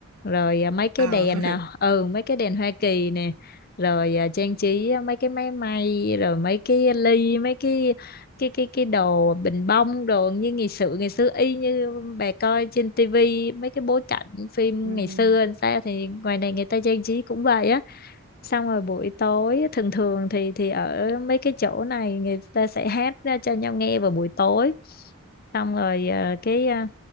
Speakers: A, on the left; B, on the right.
A: rồi à, mấy cái
B: Ờ.
A: đèn
B: <laughs>
A: à, ừ mấy cái đèn Hoa Kỳ nè rồi à, trang trí à, mấy cái máy may rồi mấy cái ly mấy cái cái cái cái đồ bình bông đồ như ngày xưa ngày xưa y như bà coi trên tivi mấy cái bối cảnh phim
B: Ừm.
A: ngày xưa làm sao thì ngoài này người ta trang trí cũng vậy á xong rồi buổi tối thường thường thì thì ở mấy cái chỗ này người ta sẽ hát ra cho nhau nghe vào buổi tối xong rồi ờ, cái ờ,